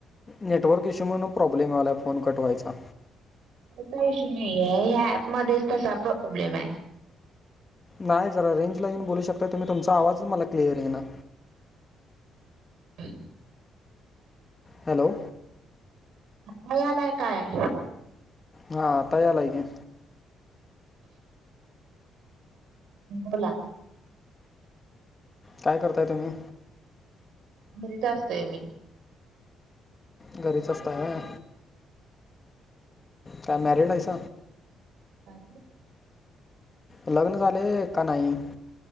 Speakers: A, on the left; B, on the right.
A: नेटवर्क इश्यू म्हणून प्रॉब्लेम आलाय फोन कट व्हायचा.
B: का इशू नाहीय ह्या ऍप मध्येच तसा प्रॉब्लेम आहे.
A: नाही जरा रेंज ला येऊन बोलू शकता तुम्ही तुमचा आवाज मला क्लीअर येईना.
B: ह..
A: हॅलो...
B: मला यालाय काय?
A: हा आताया यालाय की.
B: बोला..
A: काय करताय तुम्ही?
B: भरीत असतोय मी.
A: घरीच असतय काय मॅरिड आहेस.
B: अ..
A: लग्न झाले का नाही?